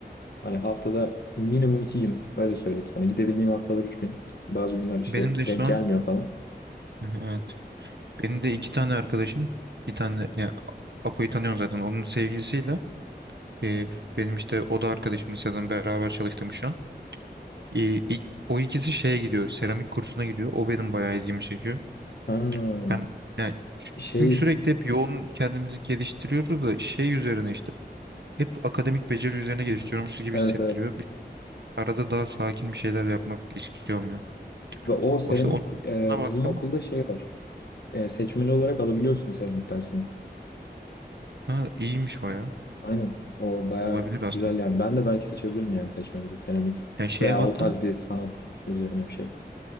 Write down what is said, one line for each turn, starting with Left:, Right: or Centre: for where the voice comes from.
Left: Hani haftada minimum iki gün öyle söyleyeyim sana. Gidebildiğim haftalar üç gün. Bazı günler işte
Right: Benim de
Left: denk
Right: şu an
Left: gelmiyor falan.
Right: <laughs> evet. Benim de iki tane arkadaşım bir tane yani Apo'yu tanıyorsun zaten onun sevgilisiyle e, benim işte o da arkadaşım liseden beraber çalıştığım şu an. E, ilk- o ikisi şeye gidiyor. Seramik kursuna gidiyor. O benim bayağı ilgimi çekiyor.
Left: Ha,
Right: Hem yani ç-
Left: şey
Right: çünkü sürekli hep yoğun kendimizi geliştiriyoruz da şey üzerine işte hep akademik beceri üzerine geliştiriyormuşuz gibi
Left: evet
Right: hissettiriyor.
Left: evet.
Right: Bir, arada daha sakin bir şeyler yapmak istiyorum ya.
Left: Ve o seramik
Right: O işte ona
Left: e,
Right: baktım.
Left: bizim okulda şey var. E, seçmeli olarak alabiliyorsun seramik dersini.
Right: Ha, iyiymiş bayağı.
Left: Aynen. O baya
Right: Olabilir aslında.
Left: güzel yani. Ben de belki seçebilirim yani seçmede de seramik.
Right: Yani şeye
Left: Veya
Right: baktım.
Left: o tarz bir sanat üzerine bir şey.